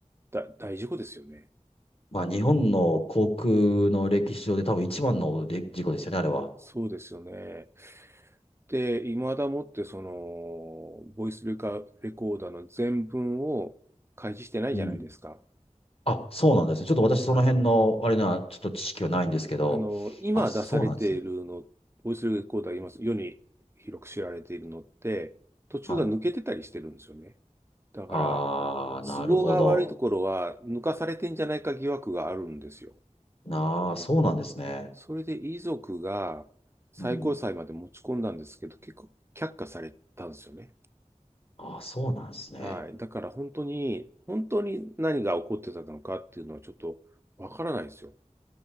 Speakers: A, on the right (about 20°); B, on the left (about 50°).
A: 大、大事故ですよね。
B: まあ、日本の航空の歴史上で多分一番ので事故ですよね、あれは。
A: そうですよね。で、いまだもってその、ボイスレカ、レコーダーの全文を開示してないじゃないですか。
B: うん。あ、そうなんですね。ちょっと私その辺の、あれな、ちょっと知識はないんですけど。
A: あの、今出されているの、
B: あ、そうなんですね。
A: ボイスレコーダー今世に広く知られているのって、途中が抜けてたりしてるんですよね。
B: はい。
A: だから、
B: ああ、なるほど。
A: 都合が悪いところは抜かされてんじゃないか疑惑があるんですよ。
B: なあ、そうなんですね。
A: それで遺族が最高裁まで持ち込んだんですけど、
B: うん。
A: 結構却下されたんですよね。
B: あ、そうなんですね。
A: はい。だから本当に、本当に何が起こってたのかっていうのはちょっとわからないですよ。